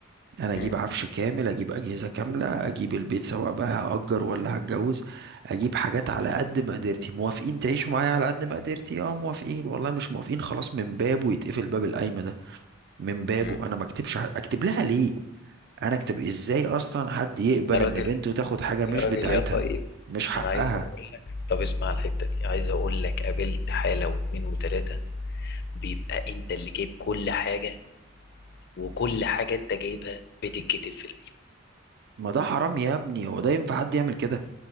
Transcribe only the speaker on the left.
مم.
مم.
يا راجل
يا راجل
يا طيب
انا عايز اقول لك طب اسمع الحتة دي عايز اقول لك قابلت حالة واتنين وتلاتة بيبقى انت اللي جايب كل حاجة وكل حاجة انت جايبها بتتكتب في العيب